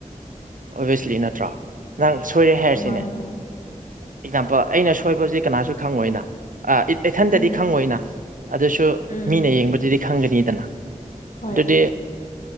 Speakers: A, on the right; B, on the left.
A: ꯑꯣꯚꯁꯂꯤ ꯅꯠꯇ꯭ꯔꯣ ꯅꯪ ꯁꯣꯏꯔꯦ ꯍꯥꯏꯔꯁꯤꯅꯦ
B: ꯃꯥꯅꯦ ꯃꯥꯅꯦ
A: ꯑꯦꯛꯖꯥꯝꯄꯜ ꯑꯩꯅ ꯁꯣꯏꯕꯕꯁꯤ ꯀꯅꯥꯁꯨ ꯈꯪꯉꯣꯏꯅ ꯏꯊꯟꯇꯗꯤ
B: ꯎꯝ
A: ꯈꯪꯉꯣꯏꯅ ꯑꯗꯨꯁꯨ
B: ꯎꯝ ꯎꯝ
A: ꯃꯤꯅ ꯌꯦꯡꯕꯗꯨꯗꯤ ꯈꯪꯒꯅꯤꯗꯅ
B: ꯍꯣꯏ
A: ꯑꯗꯨꯗꯤ